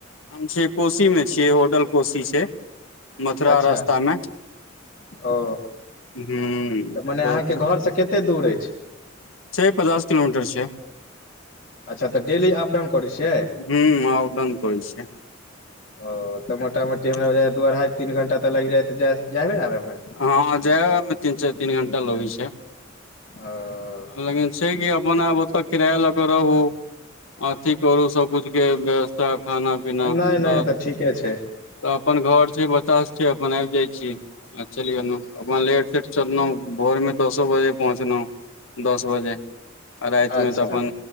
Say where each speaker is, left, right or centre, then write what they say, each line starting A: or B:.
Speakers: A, on the left (about 80°); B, on the left (about 45°).
A: हम छियै कोशी मे छियै होटल कोशी छै मथुरा
B: अच्छा
A: रस्तामे
B: ओ
A: हुॅं
B: तऽ मने अहाँके
A: त
B: घरसँ कतेक दूर अछि
A: छै पचास किलोमीटर छै
B: अच्छा तऽ डेली अप डाउन करै छियै
A: हुँ अप डाउन करै छियै
B: ओ तऽ मोटा मोटी हमराज बझायै दू अढ़ाइ तीन घंटा तऽ लाइग जाइत हेतै जायबे आबेमे
A: हँ जाओ अबै मे तीन चैर तीन घण्टा लगै छै
B: आ
A: लेकिन छै कि अपन आब ओतऽ किराया लऽ के रहू अथी करु सबकुछ के व्यवस्था खाना पीना
B: नहि नहि
A: त
B: तऽ ठीके छै
A: तऽ अपन घर छै बतास छै त‌अपन आबि जाइ छीयै आ चलि गेलहु अपना लेट सेट चलौ भोरमे दसो बजे पहुँचलहुँ दस बजे आ राइत
B: अच्छा
A: मे तऽ अपन